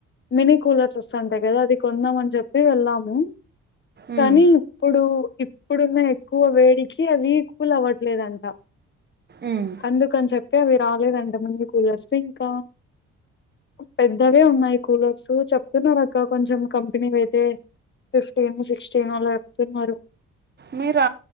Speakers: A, on the left; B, on the right.
A: మినీ కూలర్స్ వస్తంటాయి కదా అది కొందామ్ మని చెప్పి వెళ్ళాము
B: మ్మ్,
A: కానీ ఇప్పుడు ఇప్పుడున్న ఎక్కువ వేడికి అవి కూల్ అవ్వట్లేదంట
B: మ్మ్.
A: అందుకని చెప్పి అవి రాలేదు అంటా ముందు కూలర్స్ ఇంకా పెద్దవే ఉన్నాయి కూలర్స్ చెప్తున్నారు అక్క కొంచెం కంపెనీవయితే ఫిఫ్టీన్ సిక్స్టీన్ అలా చెప్తున్నారు
B: మీరు